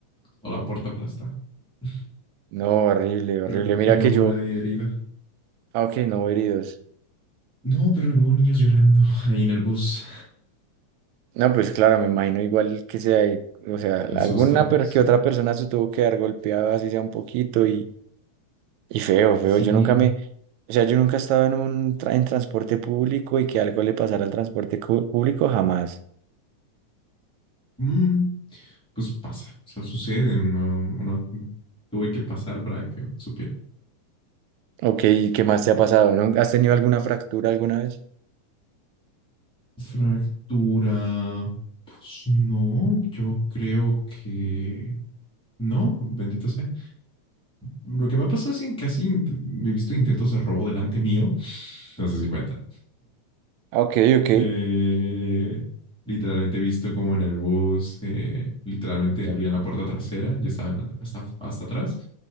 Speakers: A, in the centre; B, on the right.
A: toda la puerta aplastada, <laughs>
B: No, horrible, horrible.
A: pero creo
B: Mira
A: que no
B: que
A: hubo
B: yo,
A: nadie herida.
B: ah, ok, no hubo heridos.
A: No, pero hubo niños llorando ahí en el bus.
B: No, pues claro, me imagino igual que sea, o sea,
A: El
B: alguna
A: susto,
B: pero
A: sí.
B: que otra persona se tuvo que dar golpeada, así sea un poquito, y, Y feo, feo.
A: Sí.
B: Yo nunca me, o sea, yo nunca he estado en un tra- en transporte público y que algo le pasara al transporte cu- público, jamás.
A: Mm, pues pasa, o sea, sucede. No, no tuve que pasar para que supiera.
B: Ok, ¿y qué más te ha pasado? ¿No? ¿Has tenido alguna fractura alguna vez?
A: Fractura. Pues no, yo creo que no, bendito sea. Lo que me ha pasado es que casi he visto intentos de robo delante mío. No sé si cuenta.
B: Ah, Ok, ok.
A: Eh, literalmente he visto como en el bus, eh, literalmente abría la puerta trasera, yo estaba en- hasta, hasta atrás,